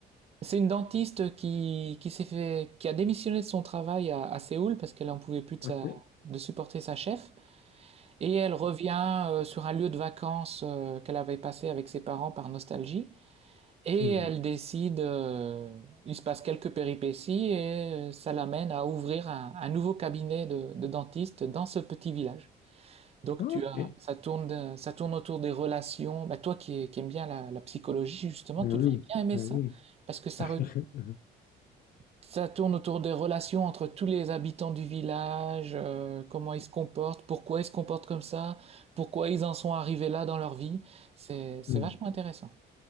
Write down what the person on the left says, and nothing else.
OK.
Mhm.
Ah,
Ok.
Ben
oui,
ben
oui.
<laughs>
Hmm.